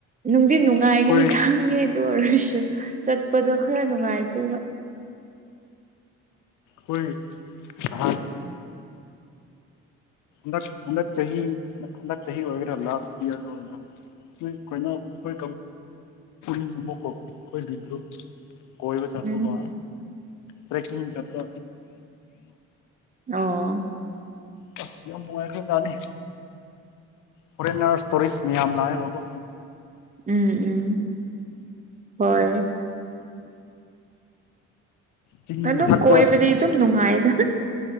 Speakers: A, on the right; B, on the left.
A: ꯅꯨꯡꯗꯤ ꯅꯨꯡꯉꯥꯏꯒꯅꯤ
B: ꯑꯩꯈꯣꯏ
A: ꯈꯪꯉꯦ ꯑꯗꯨ ꯑꯣꯏꯔꯁꯨ ꯆꯠꯄꯗꯣ ꯈꯔ ꯅꯨꯡꯉꯥꯏꯇꯦꯕ
B: ꯑꯩꯣꯏ ꯑ ꯍ ꯍ ꯆꯍꯤ ꯍ ꯆꯍꯤ ꯑꯣꯏꯒ ꯂꯥꯁ ꯏꯌꯔ ꯑꯣꯏꯒ ꯅꯣꯏ ꯑꯩꯈꯣꯏꯅꯣ ꯑꯩꯈꯣꯏ ꯀꯥꯡꯕꯨꯀꯣ ꯑꯩꯈꯣꯏꯒꯤ ꯭ꯔꯨꯞ ꯣꯏꯕꯨ ꯆꯠꯕ
A: ꯎꯝ
B: ꯇ꯭ꯔꯦꯛ ꯆꯄ
A: ꯑꯣ
B: ꯀꯁꯤ ꯌꯥꯝ ꯅꯨꯡꯉꯥꯏꯈꯖꯅꯤꯦ ꯐꯣꯔꯔꯁ ꯇꯧꯔꯤꯁ ꯃꯤ ꯌꯥꯝꯝ ꯂꯑꯕ ꯀꯣ
A: ꯎꯝ ꯎꯝ ꯍꯣꯏ
B: ꯆꯤꯡ
A: ꯑꯗꯨꯝ
B: ꯃꯊꯛꯇ
A: ꯀꯣꯏꯕꯗꯤ ꯑꯗꯨꯝ ꯅꯨꯡꯉꯥꯏꯗ